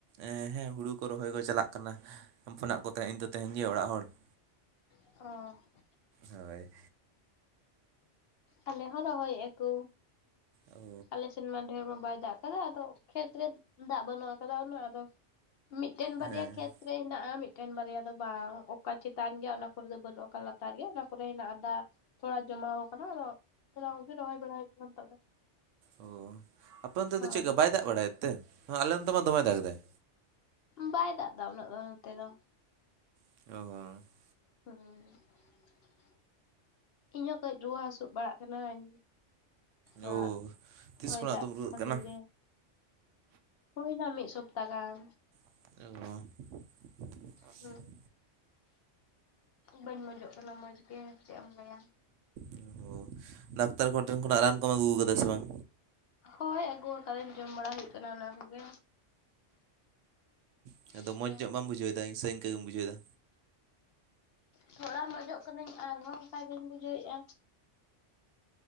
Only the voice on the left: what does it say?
ᱚ᱾
ᱟᱞᱮ ᱦᱚᱸ ᱨᱚᱦᱚᱭᱮᱜ-ᱟ ᱠᱩ᱾
ᱟᱞᱮ ᱥᱮᱱ ᱢᱟ ᱰᱷᱮᱨ ᱢᱟ ᱵᱟᱭ ᱫᱟᱜ ᱟᱠᱟᱫᱟ ᱟᱫᱚ ᱠᱷᱮᱛᱨᱮ ᱫᱟᱜ ᱵᱟᱹᱱᱩᱜ ᱟᱠᱟᱫᱟ ᱩᱱᱟᱹᱜ ᱟᱫᱚ ᱢᱤᱫ ᱴᱮᱱ ᱵᱟᱨᱮᱭᱟ
ᱠᱷᱮᱛ᱾ ᱨᱮ ᱦᱮᱱᱟᱜᱼᱟ ᱢᱤᱫᱴᱮᱱ ᱵᱟᱨᱭᱟ ᱫᱚ ᱵᱟᱝ ᱚᱠᱟ ᱪᱮᱛᱟᱱ ᱜᱮᱭᱟ ᱚᱱᱟ ᱠᱚᱨᱮ ᱫᱚ ᱵᱟᱱᱩᱜ ᱚᱠᱟ ᱞᱟᱛᱟᱨ ᱜᱮᱭᱟ ᱚᱱᱟ ᱠᱚᱨᱮ ᱦᱮᱱᱟᱜᱼᱟ ᱫᱟᱜ᱾ ᱛᱷᱚᱲᱟ ᱡᱚᱢᱟᱣ ᱠᱟᱱᱟ ᱟᱫᱚ ᱚᱱᱟ ᱠᱚᱜᱮ ᱨᱚᱦᱚᱭ ᱵᱟᱲᱟ ᱦᱩᱭᱩᱜ ᱠᱟᱱᱟ ᱱᱤᱛᱚᱜ ᱫᱚ᱾
ᱦᱳᱭ
ᱵᱟᱭ ᱫᱟᱜ ᱫᱟᱜ ᱩᱱᱟᱹᱜ ᱫᱚ ᱱᱚᱛᱮ ᱫᱚ᱾
<inaudible> ᱤᱧᱦᱚᱸ ᱠᱟᱹᱡ ᱨᱩᱣᱟᱹ ᱦᱟᱹᱥᱩ ᱵᱟᱲᱟᱜ ᱠᱟᱹᱱᱟᱹᱧ᱾
ᱚᱣᱟᱜ
ᱦᱚᱭ
ᱫᱟᱜ
ᱠᱷᱟᱹᱛᱤᱨ
ᱜᱮ᱾ ᱦᱩᱭ ᱱᱟ ᱢᱤᱫ ᱥᱚᱯᱛᱟ ᱜᱟᱱ᱾
ᱦᱩᱸ ᱵᱟᱹᱧ ᱢᱚᱸᱡᱚᱜ ᱠᱟᱱᱟ ᱢᱚᱡᱽ ᱜᱮ ᱪᱮᱫ ᱮᱢ ᱞᱟᱹᱭᱟ᱾
ᱦᱳᱭ ᱟᱹᱜᱩ ᱟᱠᱟᱫᱟᱧ ᱡᱚᱢ ᱵᱟᱲᱟ ᱦᱩᱭᱩᱜ ᱠᱟᱱᱟ ᱚᱱᱟ ᱠᱚᱜᱮ᱾
ᱦᱮᱸ
ᱛᱷᱚᱲᱟ ᱢᱚᱡᱚᱜ ᱠᱟᱹᱱᱟᱹᱧ ᱟᱨᱦᱚᱸ ᱟᱨ ᱦᱚᱸ ᱵᱩᱡᱷᱟᱹᱣᱮᱫᱼᱟ